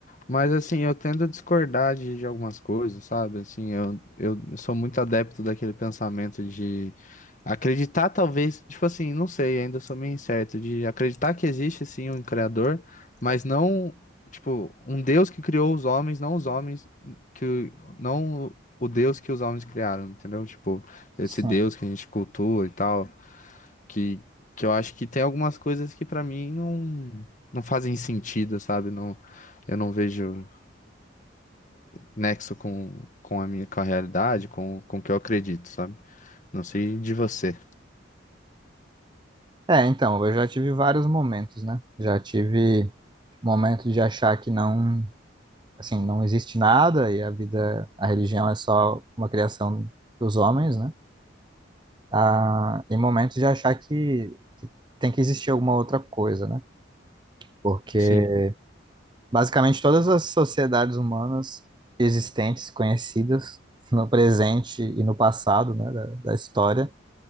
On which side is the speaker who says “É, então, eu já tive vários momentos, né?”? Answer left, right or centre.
Right